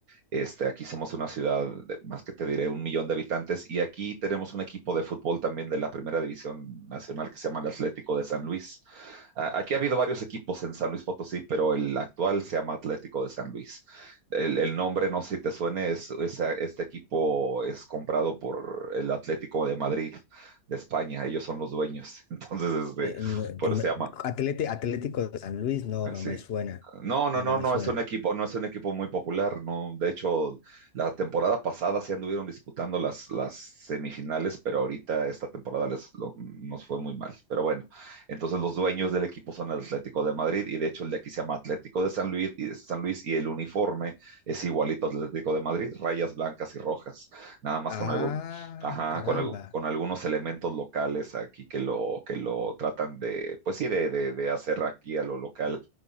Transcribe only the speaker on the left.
Eh, no,
em,
Atlete- Atlético de San Luis, no, no
me suena.
No,
no me
suena.
Ah,
caramba.